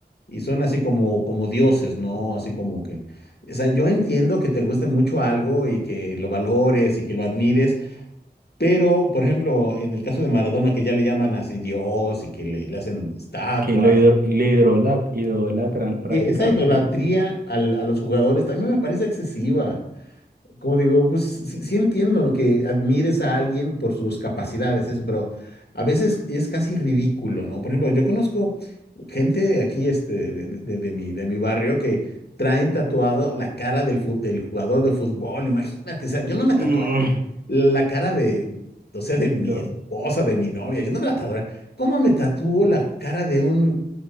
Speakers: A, on the left; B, on the right.
A: y son así como, como dioses, ¿no? Así como que, o sea, yo entiendo que te guste mucho algo y que lo valores y que lo admires, Pero, por ejemplo, en el caso de Maradona, que ya le llaman así Dios y que le, le hacen estatuas,
B: que lo, hidro- le hidrola idolatran prácticamente.
A: y esa idolatría al- a los jugadores también me parece excesiva. Como digo, pues sí, sí entiendo lo que admires a alguien por sus capacidades, eso, pero a veces es casi ridículo, ¿no? Por ejemplo, yo conozco gente aquí este, de, de- de- de mi, de mi barrio que traen tatuado la cara del, fu- del jugador de fútbol, imagínate, o sea, yo no me tatuaría
B: Mm,
A: la cara de, o sea, de mi
B: No.
A: esposa, de mi novia, yo no me la tatué. ¿Cómo me tatuó la cara de un,